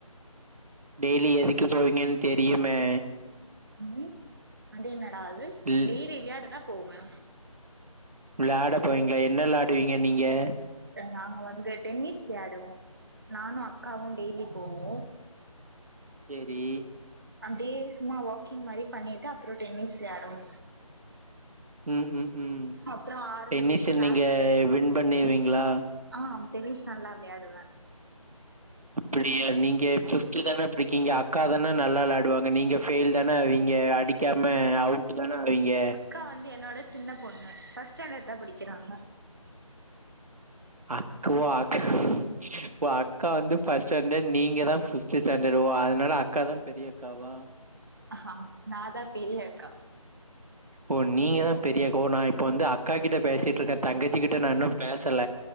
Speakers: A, on the right; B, on the right.
A: டெய்லி எதுக்கு போவீங்கன்னு தெரியுமே
B: ம் அது என்னடா அது
A: இல்
B: டெய்லி வெளாட தா போவே
A: வெளாட போவீங்களா என்ன வெளாடுவீங்க நீங்கே
B: நாங்க வந்து டென்னிஸ் வெளாடுவோ நானு அக்காவு டெய்லி போவோ
A: சேரி
B: அப்பிடியே சும்மா வாக்கிங் மாரி பண்ணிட்டு அப்றோ டென்னிஸ் வெளாடுவோ
A: ம் ம் ம்
B: அப்றோ ஆறு
A: டென்னிஸ்
B: மணிக்கு கிளாஸ்சு
A: நீங்க வின் பண்ணுவீங்களா
B: ஆ டென்னிஸ் நல்லா வெளாடுவே
A: அப்படியா நீங்க ஃபிப்து தானே படிக்கிங்க அக்கா தானே நல்லா வெளாடுவாங்க ஃபயில் தானே ஆவீங்க அடி கேம அவுட்டு தானே ஆவீங்க
B: அக்கா வந்து என்னோட சின்ன பொண்ணு பர்ஸ்ட் ஸ்டாண்ட் தா படிக்கிறாங்க
A: க்கா ஓ அக்கா ஓ அக்கா வந்து ஃபர்ஸ்ட் ஸ்டாண்ட் நீங்க தா பிப்த் ஸ்டாண்டர்ட் ஒ அதனால அக்கா தா பெரிய அக்காவா
B: ஆ நா தா பெரிய அக்கா
A: ஓ நீங்க தா பெரியாக்க ஓ நா இப்ப வந்து அக்கா கிட்ட பேசிட்டு இருக்கே தங்கச்சி கிட்ட நா இன்னோ பேசல